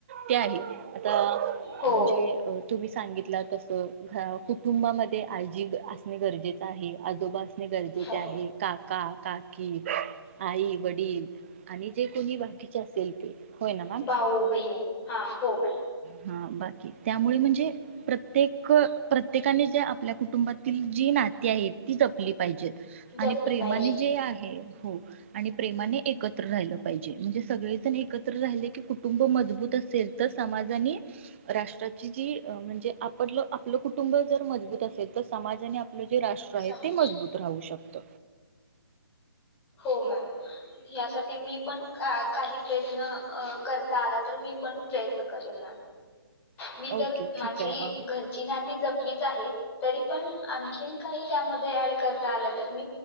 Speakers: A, on the right; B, on the left.
A: ते आहे आता
B: हो
A: म्हणजे तुम्ही सांगितला तस कुटुंबामध्ये आजी असणे गरजेचें आहे, आजोबा असणे गरजेचे
B: हो
A: आहे काका काकी आई वडील आणि जे कोणी बाकीचे असेल ते होय ना मॅम
B: भाऊ- बहिणी हा हो मॅम
A: हा बाकी त्यामुळे म्हणजे प्रत्येक प्रत्येकाने जे आपल्या कुटुंबात जी नाती आहेत ती जपली पाहिजेत. आणि
B: जपली
A: प्रेमाने
B: पाहिजे
A: जे आहे, हो आणि प्रेमाने एकत्र राहिलं पाहिजे म्हणजे सगळेजण एकत्र राहिले की कुटुंब मजबूत असेल तर समाजाने राष्ट्राची जी म्हणजे आप आपलं कुटुंब जर मजबूत असेल तर समाजाने आपलं जे राष्ट्र आहे
B: समाज
A: ते मजबूत राहू शकत.
B: हो मॅम यासाठी मी पण का काही प्रयत्न करता आला तर मी पण प्रयत्न करीन मॅ मी
A: ओके
B: तर माझी
A: ठीक आहे
B: घरची नाती ती जपलीच आहेत तरी पण आणखीन काही त्यामध्ये ऍड करता आलं तर मी